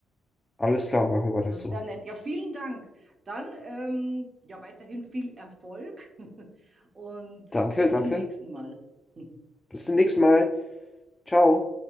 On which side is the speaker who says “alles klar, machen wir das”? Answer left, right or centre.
Left